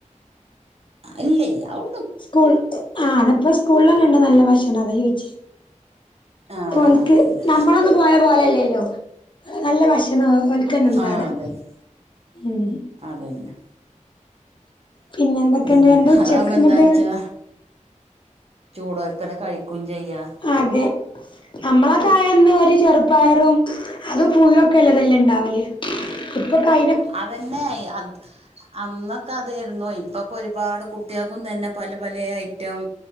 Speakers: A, on the right; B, on the left.
A: ഇല്ലെയ് അവു
B: സ്കൂൾ ആപ്പ സ്കൂള്ല്ലന്ണ്ട് നല്ല ഭക്ഷണം അതാ ചോയിച്ചോ
A: ആ
B: ഓല്ക്ക്
A: ആ അതന്നെ
B: ഞമ്മളെ നമ്മൾ പോയ പോലല്ലല്ലോ നല്ല ഭക്ഷ <unintelligible>
A: ആ അതന്നെ അതന്നെ
B: പിന്നെ എന്തൊക്കെണ്ട്
A: പിന്നെ
B: എന്താ ഉച്ചക്ക്
A: അതാകുമ്പോ എന്താ
B: ഇന്നത്തേ
A: വച്ചാ ചൂടോർക്കല കഴിക്കും ചെയ്യാ
B: അതെ നമ്മളൊക്കെ
A: ഉ
B: ആയ അന്ന് ഒരു ചെറു പയറും അതും പുഴുവൊക്കെല്ലതിൽ ഇണ്ടാവൽ ഇപ്പൊക്കായി
A: അതെന്നെ അത് അന്നൊക്കെ അതായിരുന്നു ഇപ്പൊക്കെ ഒരുപാട് കുട്ടി കൂട്ട്യാക്കും തന്നെ പല പലെ ഐറ്റം